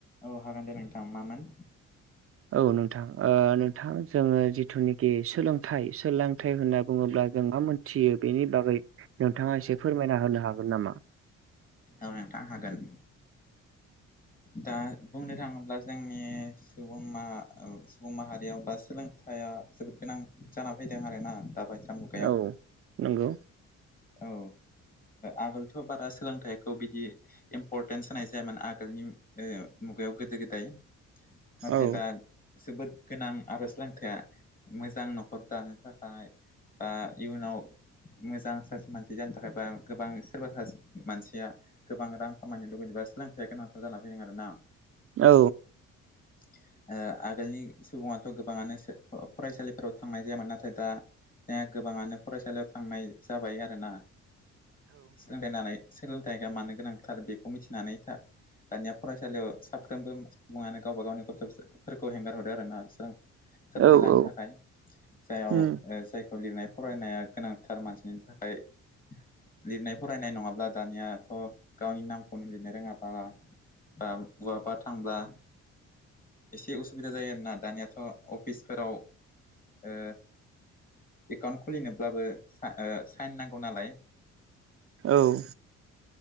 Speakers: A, on the left; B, on the right.
A: औ हागोन दे नोंथां मामोन?
B: औ नोंथां ओ नोंथां जोङो जिथुनिखि सोलोंथाइ सोलोंथाइ होनना बुङोब्ला जों मा <unintelligible> थियो बेनि बागै नोंथाङा एसे फोरमायना होनो हागोन नामा?
A: औ नोंथां हागोन। दा बुंनो थाङोब्ला जोंनि सुबुं मा सुबुं माहारियाव बा सोलोंथाइया जोबोद गोनां जाना फैदों आरो ना दा बायसा मुगायाव
B: औ नंगौ
A: औ आगोलथ' बारा सोलोंथाइखौ बिदि इम्परटेन्स होनाय जायामोन आगोलनि नो जोङो मुगायाव गोदो गोदाय नाथाय
B: औ
A: दा जोबोद गोनां आरो सोलोंथाया मोजां न'खर दानो थाखाय दा इयुनाव मोजां सासे मानसि जानो थाखाय बा गोबां सोरबा ससे मानसिया गोबां रां खामायनो लुुबैदोंबा सोलोंथाइया गोनांथार जाना फैदों आरो ना?
B: औ
A: <inaudible> ओ आगोलनि सुबुङाथ' गोबाङानो फरायसालिफोराव थांनाय जायामोन नाथाय दा दा गोबाङानो फरायसालियाव थांनाय जाबाय आरोना सोलोंथायनानै सोलोंथाइया मानो गोनांथार बेखौ मिथिनानै था दानिया फरायसालियाव साफ्रोमबो सुबुङानो गावबा गावनि गथ'फोरखौ हेंगार हरो आरो ना सो सोलोंथाइ
B: औ
A: लानो
B: औ
A: थाखाय जायाव
B: उम
A: जाय लिरनाय फरायनाया गोनांथार मानसिनि थाखाय लिरनाय फरायनाय नङाब्ला दानियाथ' गावनि नामखौनो लिरनो रोङाबा बा बहाबा थांब्ला एसे उसुबिदा जायो आरोना दानियाथ' अफिसफोराव ओ एकाउन्ट खुलिनोब्लाबो सा ओ साइन नांगौ नालाय।
B: औ।